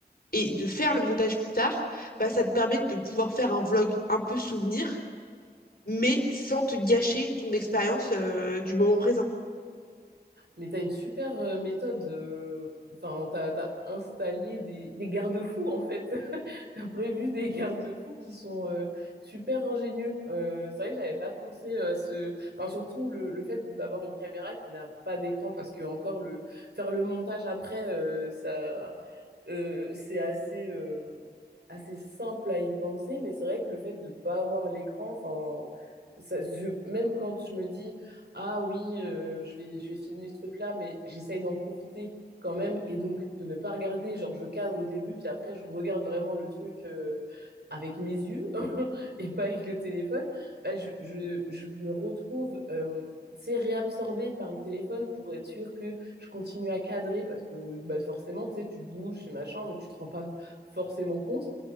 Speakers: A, on the left; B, on the right.
A: et de faire le montage plus tard, bah, ça te permet de pouvoir faire un vlog un peu souvenir, mais sans te gâcher ton expérience euh, du moment présent.
B: Mais t'as une super euh, méthode. euh, Enfin, t'as, t'as installé des, des garde-fous en fait. <laughs> T'as prévu des garde-fous qui sont euh, super ingénieux. Euh, c'est vrai que j'avais pas pensé à ce. Enfin, surtout le, le fait d'avoir une caméra qui n'a pas d'écran parce que encore le faire le montage après, euh, ça. Euh, c'est assez, euh, assez simple à y penser, mais c'est vrai que le fait de ne pas avoir l'écran, enfin, ça- je- même quand je me dis, ah oui, euh, je vais, je vais filmer ce truc-là, mais j'essaye d'en profiter quand même, et donc de ne pas regarder, genre je cadre au début, puis après je regarde vraiment le truc euh, avec mes yeux <laughs> et pas avec le téléphone, bah, je, je, je me retrouve euh, tu sais, réabsorbée par le téléphone pour être sûr que je continue à cadrer parce que bah, forcément, tu sais, tu bouges et machin, donc tu te rends pas forcément compte.